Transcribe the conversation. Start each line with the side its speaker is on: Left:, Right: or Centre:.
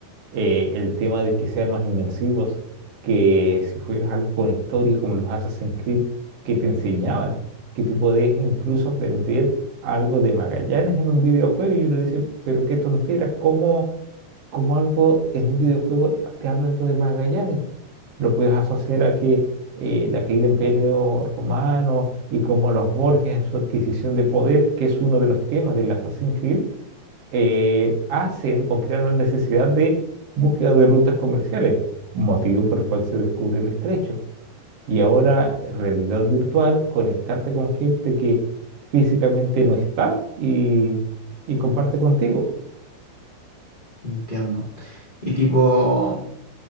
Right: eh, el tema de que sean más inmersivos, que si juegas algo con historia como los Assassin's Creed que te enseñaban, que tú podías incluso aprender algo de Magallanes en un videojuego y uno dice, pero qué tontera, ¿cómo, cómo algo en un videojuego te habla algo de Magallanes? Lo puedes asociar a que eh, la caída del Imperio Romano y como los Borges en su adquisición de poder, que es uno de los temas del Assassin's Creed eh, hacen o crean la necesidad de búsqueda de rutas comerciales, motivo por el cual se descubre el estrecho. Y ahora, realidad virtual, conectarte con gente que físicamente no está y, y comparte contigo.
Left: Entiendo. Y tipo,